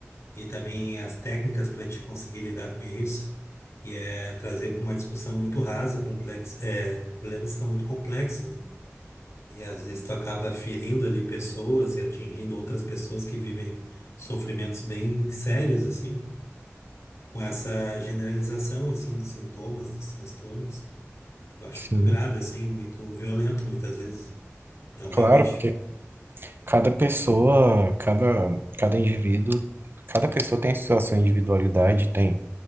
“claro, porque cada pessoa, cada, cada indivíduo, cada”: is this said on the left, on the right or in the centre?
Right